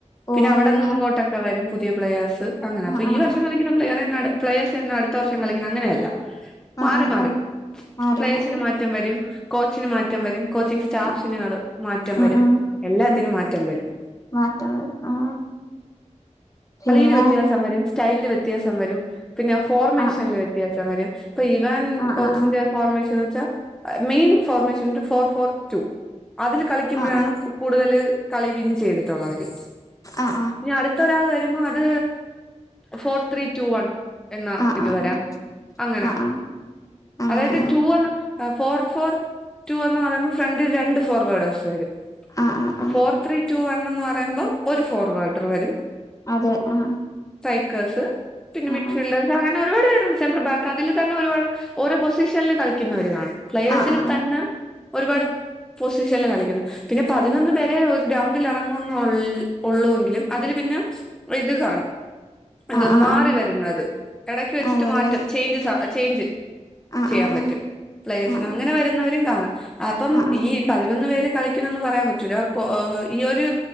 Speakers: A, on the left; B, in the centre.
A: ഓഹ്
B: പിന്നെ അവിടന്നും
A: ഇല്ല
B: ഇങ്ങോട്ടെ ഒക്കെവരും പുതിയപ്ലെഴേസ് അങ്ങനെ,
A: ആഹ്
B: അപ്പൊ
A: ആഹ്
B: ഈ വർഷം
A: ആഹ്
B: കളിക്കണ പ്ലെയറെന്നെ പ്ലേഴേസെന്നെ അടുത്ത വർഷം കളിക്കുന്നെ അങ്ങനെയല്ല. മാറി
A: ആഹ് ആഹ് ആഹ്
B: മാറി
A: ആഹ് മാറി
B: പ്ലെഴേസിന്
A: മാറി
B: മാറ്റം വരും, കോച്ചിന് മാറ്റം വരും, കോച്ചി സ്റ്റാഫിനുകൾ
A: ആഹ് ആഹ്
B: മാറ്റം
A: ഉം
B: വരും,
A: ഉം
B: എല്ലാത്തിനും
A: ഉം
B: മാറ്റം വരും.
A: മാറ്റം വരും. ആഹ് പിന്നെ
B: കളിയില് വ്യത്യാസം വരും, സ്റ്റൈലില് വ്യത്യാസം വരും, പിന്നെ ഫോർമേഷൻല്
A: ആഹ്
B: വ്യത്യാസം വരും. അപ്പൊ ഈവാൻ
A: ആഹ്
B: കോച്ചിന്റെ.
A: ആഹ്
B: ഫോർമേഷൻ എന്ന് വെച്ചാ main formation four four two അതിൽ കളിക്കുമ്പഴാണ്
A: ആഹ് ആഹ്
B: സൂ കൂടുതൽ കളി വിൻ ചെയ്തിട്ടുള്ളവര്,
A: ആഹ്
B: ഇനി അടുത്തൊരാൾ വരും. മ്മ അത് ഫോർ ത്രീ ടു വൺ. എന്നാ
A: ആഹ് ആഹ്
B: ഇത്
A: ആഹ് ആഹ് ആഹ്
B: വരാം അങ്ങനെ.
A: ആഹ് ആഹ് അങ്ങനെ
B: അതായത്
A: അങ്ങനെ
B: റ്റു ഒന്ന് ഫോർ ഫോർ റ്റു എന്ന് പറയുമ്പോ ഫ്രണ്ടിൽ രണ്ട് ഫോർവേഡേയ്സ് വരും.
A: ആഹ് ആഹ് ആഹ്
B: ഫോർ ത്രീ റ്റു വൺ എന്ന് പറയുമ്പം ഒരു ഫോർവാട്ടർവരും.
A: അതെ ആഹ്.
B: തൈക്കേഴ്സ്, പിന്നെ
A: ആഹ്
B: മിറ്റ്ഫീൽഡേഴ്സ്,
A: ആഹ്
B: അങ്ങ ഒരുപാട് പേരുണ്ട് സെൻട്രൽ ബാക്ക് അതിൽ തന്നെ ഒരുപാട് ഓരോ പൊസിഷല് കളിക്കുന്നവര് കാണും. പ്ലയെർസിന്
A: ആഹ് ആഹ് ആഹ്
B: തന്നെ ഒരുപാട് പൊസിഷനിൽ കളിക്കുന്നു, പിന്നെ പതിനൊന്ന്
A: കളിക്കുന്നു
B: പേരെ ഒരു ഗ്രൗണ്ടിലറങ്ങുന്നു ഒള്ള് ഒള്ളൂ എങ്കിലും, അതിന് പിന്നെ ഇത് കാണും.
A: ആഹ്
B: എന്തോന്ന്
A: ആഹ്
B: മാറി
A: ആഹ് ആഹ്
B: വരുന്നത്, ഇടക്ക് വെച്ചിട്ട്
A: അതല്ലേ
B: മാറ്റം ചേയ്ഞ്ചസ് ചെയ്ഞ്ജ്.
A: ആഹ്
B: ചെയ്യാം
A: ആഹ്
B: പറ്റും, പ്ലയേഴ്‌സിന്
A: ആഹ്
B: അങ്ങനെ വരുന്നവരും കാണാം അപ്പം
A: ആഹ് ആഹ്
B: ഈ പതിനൊന്ന് പേര് കളിക്കണന്ന് പറയാൻ പറ്റൂല്ലാ ഓ ഈ ഒരു